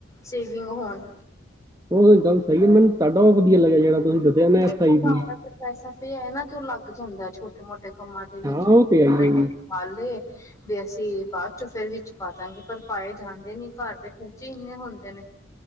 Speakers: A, on the left; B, on the right.
A: ਸੇਵਿੰਗ ਹੋਣ।
B: <unintelligible>
A: ਵੀ ਜੇਕਰ
B: ਆਈ ਪੀ
A: ਘਰ ਪੈਸਾ ਪਿਆ ਏ ਨਾ ਤੇ, ਉਹ ਲੱਗ ਜਾਂਦਾ ਛੋਟੇ-ਮੋਟੇ ਕੰਮਾਂ ' ਚ <unintelligible>
B: ਹਾਂ ਉਹ ਤੇ ਆਈ ਹੈ ਜੀ
A: ਵੀ ਅਸੀਂ ਬਾਅਦ ਚੋਂ ਫਿਰ ਵਿੱਚ ਪਾ ਦਾਂਗੇ ਪਰ ਪਾਏ ਜਾਂਣਦੇ ਨ ਘਰ ਦੇ ਖਰਚੇ ਇੰਨੇ ਹੁੰਦੇ ਨੇ।